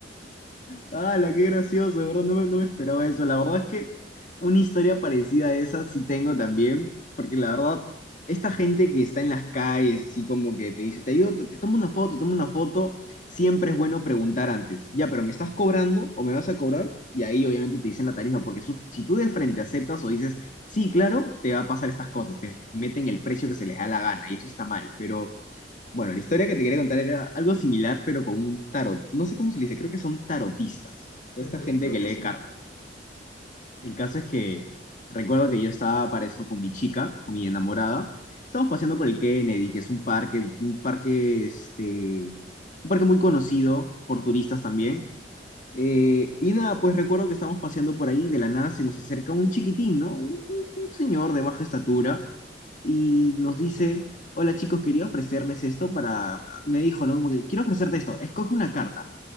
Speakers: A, on the left; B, on the left.
A: ¡Hala, qué gracioso! De verdad, no me, no me esperaba eso. La verdad es que una historia parecida a esa sí tengo también, porque la verdad, esta gente que está en las calles, así como que te dice, te ayudo, te, te tomo una foto, tomo una foto, siempre es bueno preguntar antes, ya, pero ¿me estás cobrando o me vas a cobrar? Y ahí obviamente te dicen la tarifa, porque eso, si tú de frente aceptas o dices, sí, claro, te va a pasar estas cosas, te meten el precio que se les da la gana y eso está mal, pero... Bueno, la historia que te quería contar era algo similar, pero con un tarot. No sé cómo se le dice, creo que son tarotistas. O sea,
B: Ujú,
A: esta gente
B: creo
A: que
B: que
A: lee
B: sí.
A: cartas. El caso es que recuerdo que yo estaba para eso con mi chica, con mi enamorada. Estábamos paseando por el Kennedy, que es un parque, un parque, este, un parque muy conocido por turistas también. Eh, y nada, pues recuerdo que estábamos paseando por ahí, de la nada se nos acerca un chiquitín, ¿no? Un, un- un señor de baja estatura y nos dice,
B: ujú.
A: hola chicos, quería ofrecerles esto para, me dijo, ¿no? Como que quiero ofrecerte esto, escoge una carta.